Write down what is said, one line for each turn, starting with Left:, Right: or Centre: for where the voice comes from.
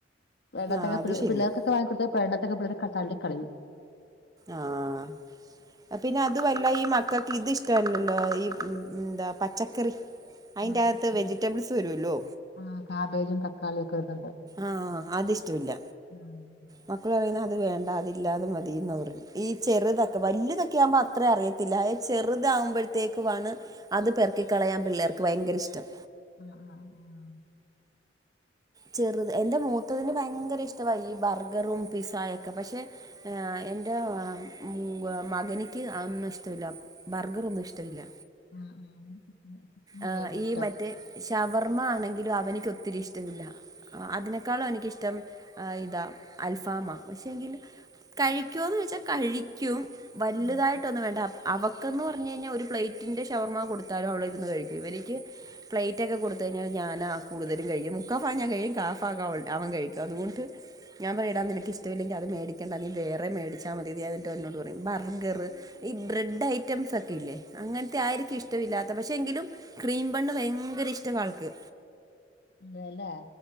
Left: ഇടക്കാക്കെ
Right: ആ അത്
Left: പിള്ളേ
Right: ശരിയാ
Left: പിള്ളേർക്കൊകെ വാങ്ങിക്കൊടുത്താ പണ്ടത്തേക്കെപിള്ളേര് തള്ളിക്കളയും
Right: ആഹ് പിന്നെ അത് വല്ല ഈ മക്കൾക്ക് ഇത് ഇഷ്ടമല്ലല്ലോ ഈ എന്താ പച്ചക്കറി അതിൻ്റെ
Left: ആഹ്
Right: അകത്ത്
Left: പച്ചക്കറി
Right: വെജിറ്റബിൾസ് വരുമല്ലോ
Left: ആഹ് കാബേജും തക്കാളി ഒക്കെ ഇടുന്നുണ്ട്
Right: ആഹ് അതിഷ്ടമില്ല
Left: ആഹ്
Right: മക്കൾ പറയുന്നത് അത് വേണ്ട അതില്ലാതെ മതിന്നാ പറയുന്നേ ഈ ചെറുതൊക്ക വലിയതൊക്കെ ആകുമ്പോ അത്ര അറിയത്തില്ല അത് ചെറുതാകുമ്പോഴത്തേക്കു വാണ് അത് പെറക്കി കളയാൻ പിള്ളേർക്ക് ഭയങ്കര ഇഷ്ടം
Left: <inaudible>
Right: ചെറുത് എന്റെ മൂത്തതിന് ഭയങ്കര ഇഷ്ട ഈ ബർഗറും പിസ്സായൊക്കെ പക്ഷെ ഏഹ് എന്റെ മൂ മകനിക്ക് അതൊന്നും ഇഷ്ടവില്ല ബർഗറൊന്നും ഇഷ്ടല്ല
Left: ആഹ് ആഹ്
Right: ആ
Left: ഇഷ്ടം
Right: ഈ മറ്റേ ഷവർമ്മ ആണെങ്കിലും അവനിക്ക് ഒത്തിരി ഇഷ്ടമില്ല ആഹ് അതിനേക്കാളും എനിക്കിഷ്ടം ആഹ് ഇതാ അൽഫാമാ പക്ഷെ എങ്കില് കഴിക്കോന്ന് വെച്ചാ കഴിക്കും. വലുതായിട്ടൊന്ന്
Left: ആഹ്
Right: വേണ്ട അവക്കെന്ന് പറഞ്ഞു കഴിഞ്ഞാ ഒരു പ്ലേറ്റിന്റെ ഷവർമ്മ കൊടുത്താലും അവള് ഇരുന്ന് കഴി ഇവരിക്ക് പ്ലേറ്റ് ഒക്കെ കൊടുക്ക <unintelligible> ഞാനാ കൂടുതലും കഴിക്കുന്ന മുക്കാഭാഗം ഞാൻ കഴിക്കും കാഭാഗം അവൻ കഴിക്കും അതുകൊണ്ട്. ഞാൻ പറയും ഡാ ന്നിനക്ക് ഇഷ്ടമില്ലെ അത് മേടിക്കണ്ടാ നീ വേറെ മേടിച്ചാ മതിയന്ന് എന്നിട്ട് എന്നോട് പറയും ബർഗറ് ഈ ബ്രെഡ് ഐറ്റംസ് ഒക്കെ ഇല്ലേ അങ്ങനത്തെ ആയിരിക്കും ഇഷ്ടവില്ലാത്ത പഷെ എങ്കിലും ക്രീം ബണ്ണ് ഭയങ്കര ഇഷ്ടവാൾക്ക്.
Left: അതെല്ലേ